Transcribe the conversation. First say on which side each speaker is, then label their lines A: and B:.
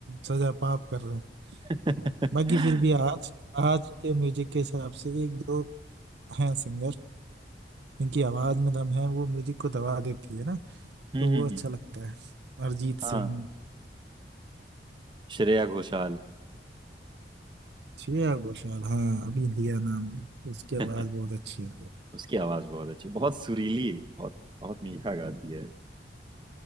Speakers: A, on the right; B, on the right.
A: सजा पाप कर रहे हैं
B: <laughs>
A: बाकी
B: हम्म
A: फिर भी आज आज के म्यूजिक के हिसाब से एक दो हैं सिंगर इनकी आवाज में दम है वो म्यूजिक को दबा देती है ना
B: हम्म,
A: तो वो
B: हम्म।
A: अच्छा लगता है अरिजीत सिंह
B: हाँ श्रेया घोषाल
A: श्रेया घोषाल हाँ अभी लिया नाम उसकी
B: <laughs>
A: आवाज बहुत अच्छी है
B: उसकी आवाज बहुत अच्छी बहुत सुरीली बहुत बहुत मीठा गाती है